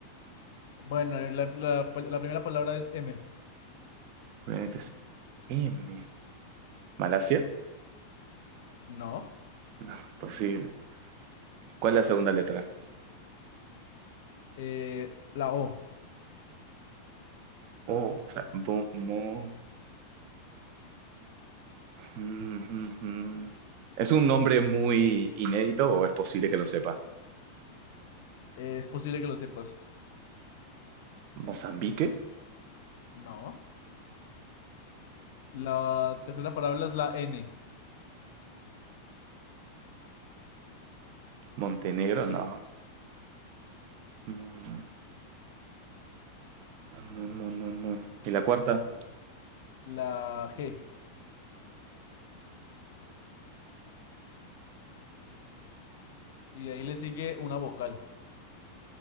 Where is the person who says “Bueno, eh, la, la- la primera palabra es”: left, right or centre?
Left